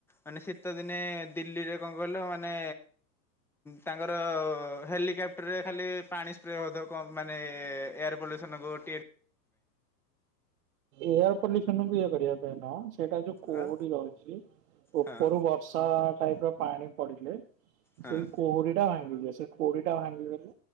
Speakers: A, in the centre; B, on the right.
A: ମାନେ ଶୀତ ଦିନେ ଦିଲ୍ଲୀରେ କଣ କହିଲ ମାନେ ତାଙ୍କର ହେଲିକାପ୍ଟରରେ ଖାଲି ପାଣି ସ୍ପ୍ରେ ହଉଥବ ମାନେଏ ଏୟାରପୋର୍ଟ ବେସନ ଗୋଟିଏ।
B: ଏୟାର ପଲ୍ୟୁସନ କୁ ଇଏ କରିବା ପାଇଁ ନୁହଁ ସେଟା ଯୋଉ କୁହୁଡି
A: ଆଉ
B: ରହିଛି ଉପରୁ
A: ହଁ
B: ବର୍ଷା ଟାଇପ ର ପାଣି ପଡିଲେ,
A: ହଁ
B: ସେଇ କୁହୁଡିଟା ଟା ଭାଙ୍ଗିଯିବ ସେଇ କୁହୁଡିଟା ଭାଙ୍ଗିଗଲେ